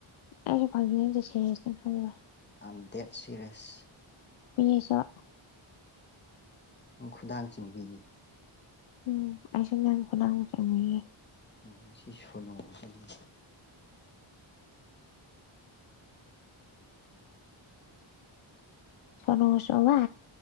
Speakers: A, on the left; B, on the left.
A: ꯑꯩꯁꯨ ꯐꯪꯒꯤ ꯅꯠꯇꯦ ꯁꯦꯔꯤꯁꯅꯦ ꯈꯜꯂꯣ
B: ꯑꯦꯝ ꯗꯦꯠ ꯁꯔꯤꯌꯥꯁ <inaudible>
A: ꯄꯁꯨ <inaudible>
B: ꯈꯨꯗꯥꯡ ꯆꯤꯡꯕꯤꯒꯦ
A: ꯎꯝ ꯑꯩꯁꯨ ꯅꯪ ꯈꯨꯗꯥꯡ ꯆꯤꯡꯕꯤꯒꯦ
B: ꯎꯝ ꯃꯁꯤ ꯁꯣꯅꯣꯁꯤꯗꯤ
A: ꯁꯣꯅꯣ ꯆꯨꯕ